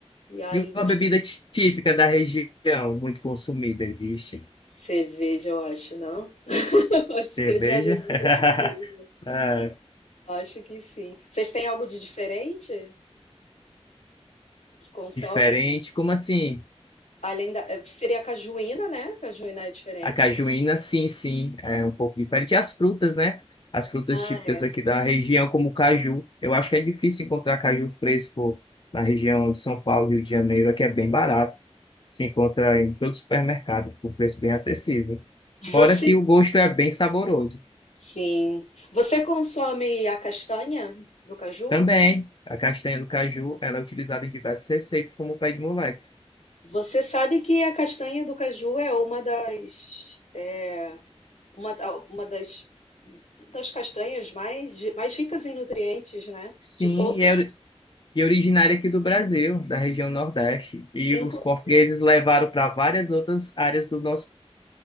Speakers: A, on the left (about 85°); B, on the left (about 45°).
A: E aí
B: E
A: gostam
B: uma bebida tí- típica da região, muito consumida, existe.
A: cerveja, eu acho, não? <laughs> Eu acho
B: Cerveja?
A: que eles vão ver muita
B: <laughs>
A: cerveja.
B: Ah,
A: Acho que sim. Vocês têm algo de diferente que consomem?
B: diferente. Como assim?
A: Além da, eh, seria a cajuína, né? Cajuína é diferente.
B: A cajuína, sim, sim, é um pouco diferente. E as frutas, né? As frutas
A: Ah,
B: típicas
A: é.
B: aqui da região, como o caju. Eu acho que é difícil encontrar caju fresco na região de São Paulo, Rio de Janeiro, aqui é bem barato. Se encontra em todo supermercado, por preço bem acessível. Fora
A: Você,
B: que o gosto é bem saboroso.
A: sim. Você consome a castanha do caju?
B: Também, a castanha do caju, ela é utilizada em diversas receitas, como o pé de moleque.
A: Você sabe que a castanha do caju é uma das é, uma, da- uma das, das castanhas mais, mais ricas em nutrientes, né?
B: Sim,
A: De todas.
B: e é, ori- e originária aqui do Brasil, da região Nordeste. E
A: Inclusive,
B: os portugueses levaram para várias outras áreas do nosso